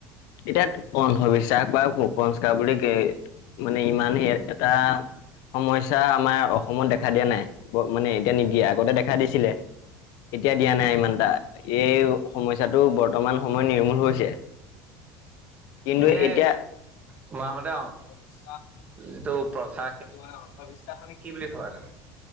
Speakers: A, on the left; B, on the right.
A: এতিয়া অন্ধবিশ্বাস বা কুসস্কাৰ বুলি কে মানে ইমানে এটা সমস্যা আমাৰ অসমত দেখা দিয়া নাই মানে এতিয়া নিদিয়ে আগতে দেখা দিছিলে এতিয়া দিয়া নাই ইমান এটা এই সমস্যাটো বৰ্তমান সময় নিৰ্মূল হৈছে। কিন্তু
B: এনে
A: এতিয়া
B: তোমাৰ
A: অন্ধবিশ্বাস
B: মতে যিটো প্ৰথা
A: কথা সেইটো মানে অন্ধবিশ্বাস মানে কি
B: বুলি
A: ল।
B: ভাবা তুমি